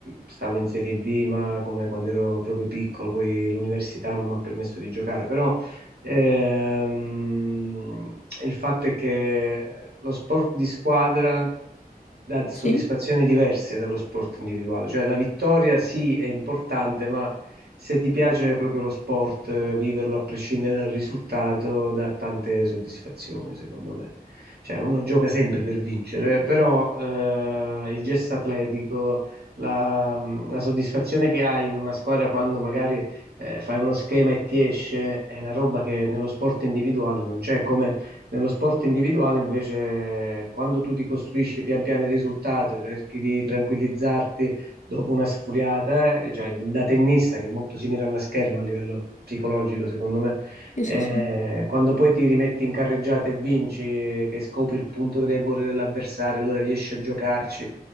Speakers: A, on the right; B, on the left.
A: stavo in Serie D, ma come quando ero proprio piccolo, poi l'università non mi ha permesso di giocare, però ehm, il fatto è che lo sport di squadra dà soddisfazioni
B: Sì,
A: diverse dallo sport individuale, cioè la vittoria sì è importante, ma se ti piace proprio lo sport, eh, viverlo a prescindere dal risultato dà tante soddisfazioni, secondo me. Cioè, uno gioca sempre per vincere, però eh, il gesto atletico, la, la soddisfazione che hai in una squadra quando magari eh, fai uno schema e ti esce, è una roba che nello sport individuale non c'è, come nello sport individuale invece quando tu ti costruisci pian piano il risultato, cerchi di tranquillizzarti dopo una sfuriata, eh, cioè d- da tennista che è molto simile alla scherma a livello psicologico, secondo me,
B: sì,
A: eh,
B: sì,
A: quando poi ti rimetti in carreggiata e vinci, eh, che scopri il punto debole dell'avversario, allora riesci a giocarci,